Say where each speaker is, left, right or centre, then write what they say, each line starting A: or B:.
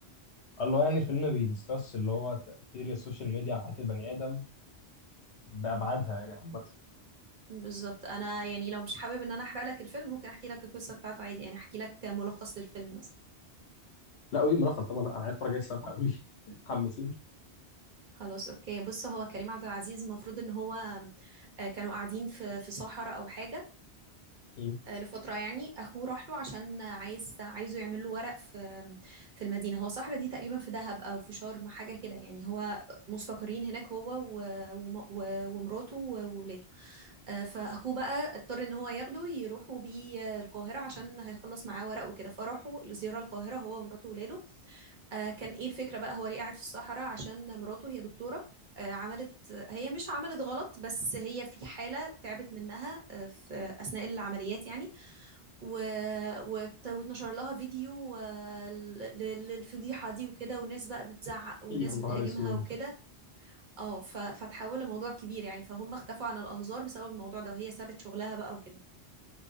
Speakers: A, on the left; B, on the right.
A: الله يعني الفيلم بيدسكس اللي هو تأثير السوشيال ميديا على حياة البني آدم بأبعادها يعني عامة
B: بالظبط أنا يعني لو مش حابب إن أنا أحرق لك الفيلم ممكن أحكي لك القصة بتاعته عادي يعني أحكي لك ملخص للفيلم مثلا
A: لا قولي ملخص طبعا لا، أنا عايز أتفرج عليه الصراحة قولي <laughs> حمسيني
B: خلاص اوكي بص هو كريم عبد العزيز المفروض ان هو آه، كانوا قاعدين في في صحراء او حاجه
A: مم.
B: آه، لفترة يعني أخوه راح له عشان عايز عايزه يعمل له ورق في في المدينة هو صحرا دي تقريبا في دهب أو في شرم حاجة كده يعني هو مستقرين هناك هو و- وم- و- ومراته وولاده آه، فأخوه بقى اضطر إن هو ياخده يروحوا بيه القاهرة عشان هيخلص معاه ورق وكده فراحوا الزيارة القاهرة هو ومراته وولاده آه، كان ايه الفكرة بقى هو ليه قاعد في الصحراء عشان مراته هي دكتورة آه، عملت هي مش عملت غلط بس هي في حالة تعبت منها آه، في أثناء العمليات يعني و... وت- واتنشر لها فيديو آه، ل- ل- للفضيحة دي وكده وناس بقى بتزعق وناس
A: يا نهار
B: بتهاجمها
A: أسود
B: وكده اه ف... فتحول لموضوع كبير يعني فهم اختفوا عن الأنظار بسبب الموضوع ده وهي سابت شغلها بقى وكده